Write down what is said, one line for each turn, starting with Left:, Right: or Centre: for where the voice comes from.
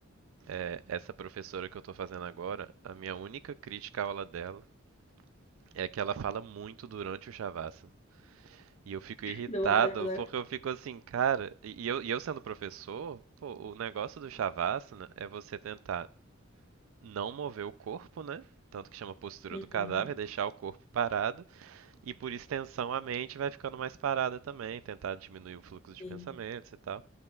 Right: É, essa professora que eu tô fazendo agora, a minha única crítica à aula dela é que ela fala muito durante o Shavasana. E eu fico irritado,
Left: Deu vontade de mandar.
Right: porque eu fico assim, cara. E e eu, e eu sendo professor, pô, o negócio do Shavasana é você tentar não mover o corpo, né? Tanto que chama postura
Left: Uhum,
Right: do cadáver, deixar o corpo parado. E por extensão, a mente vai ficando mais parada também, tentar diminuir o fluxo de
Left: sim.
Right: pensamentos e tal.